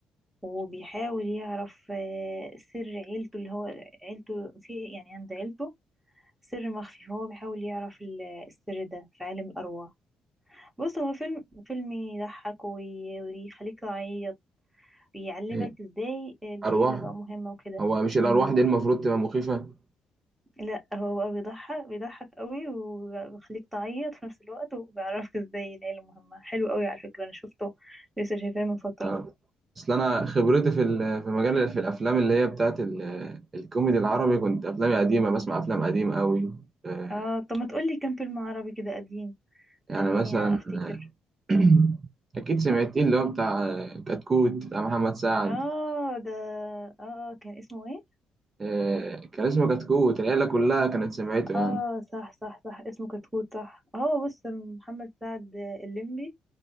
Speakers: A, in the centre; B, on the right.
A: وبيحاول يعرف آه، سر عيلته اللي هو عيلته في يعني عند عيلته سر مخفي فهو بيحاول يعرف ال- السر ده في عالم الأرواح بص هو فيلم فيلم يضحك وي- ويخليك تعيط بيعلمك
B: إيه،
A: ازاي العيلة
B: أرواح
A: بقى مهمة وكده
B: هو مش
A: مم.
B: الأرواح دي المفروض تبقى مخيفة
A: لا هو بقى بيضحك بيضحك قوي وبيخليك تعيط في نفس الوقت وبيعرفك ازاي العيلة مهمة حلو قوي على فكرة انا شفته لسه شايفاه من فترة
B: آه، أصل أنا خبرتي في ال- في مجال في الأفلام اللي هي بتاعت ال- الكوميدي العربي كنت أفلامي قديمة بسمع أفلام قديمة أوي آه،
A: اه طب ما تقولي كام فيلم عربي كده قديم
B: يعني
A: خليني
B: مثلا
A: افتكر
B: <clears throat> أكيد سمعتين اللي هو بتاع آه، كتكوت بتاع محمد سعد
A: اه ده اه آه، كان اسمه ايه
B: آه، كان اسمه كتكوت العيلة كلها كانت سمعته يعني
A: اه صح صح صح اسمه كتكوت صح هو بص محمد سعد الليمبي